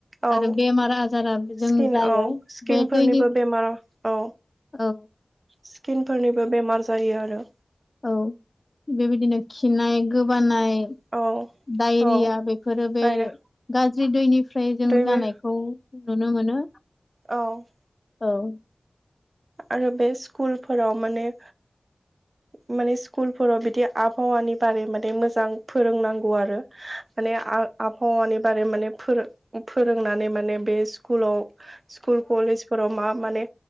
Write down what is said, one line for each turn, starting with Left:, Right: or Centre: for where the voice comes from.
Right: औ
Left: आरो बेमार आजारा जों
Right: स्किन
Left: जायो
Right: औ स्किनफोरनिबो
Left: बे दैनि
Right: बेमार औ
Left: औ
Right: स्किनफोरनिबो बेमार जायो आरो।
Left: औ बेबायदिनो खिनाय गोबानाय
Right: औ
Left: डायरिया
Right: औ
Left: बेफोरो बे
Right: आरो
Left: गाज्रि दैनिफ्राय जों
Right: दै
Left: जानायखौ
Right: बे
Left: नुनो मो नो।
Right: औ
Left: औ
Right: आरो बे स्कुलफोराव माने माने स्कुलफोराव बिदि आबहावानि बारै माने मोजां फोरोंनांगौ आरो माने आ-आबहावानि बारै माने फोरों-फोरोंनानै माने बे स्कुलाव स्कुल कलेजफोराव मा माने